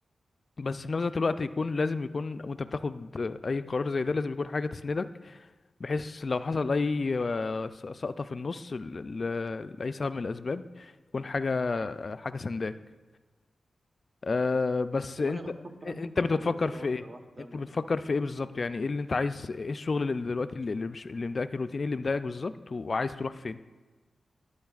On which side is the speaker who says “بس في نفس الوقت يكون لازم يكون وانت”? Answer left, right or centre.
Left